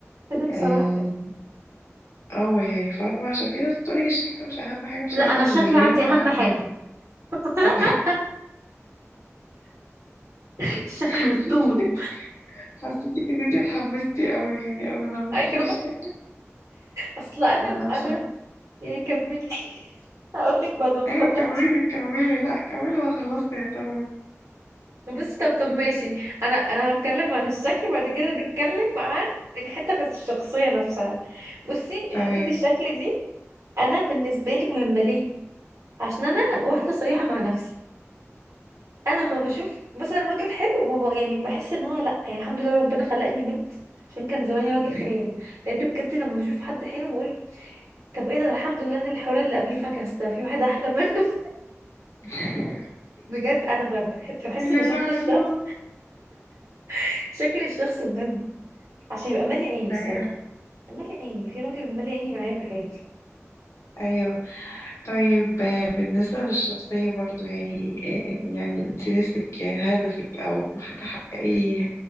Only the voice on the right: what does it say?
انا بصراحة
لا انا
الشكل
عندي
اهم
حاجه
<laughs>
الشكل
والطول
ايوه
اصل انا
انا
يا كملي <laughs> هقول لك بعد ما تخلصي
بس طب طب ماشي انا انا هتكلم عن الشكل بعد كده نتكلم عن الحته بتاعت الشخصيه نفسها بصي
حته الشكل دي انا بالنسبه لي مهمه ليه عشان انا واحده صريحه مع نفسي انا لما بشوف مثلا راجل حلو ما بق... يعني بحس ان هو لا يعني الحمد لله ربنا خلقني بنت عشان كان زماني راجل خير لان بجد لما بشوف حد حلو بقول طب ايه ده ده الحمد لله ان الحوار اللي قبليه فكس ده في واحد احلى منه <laughs>
بجد انا بحب- بحس
ان شكل
الشخص <laughs> شكل الشخص مهم عشان يبقى مالي عيني الصراحة
مالي عيني في راجل مالي عيني معايا في حياتي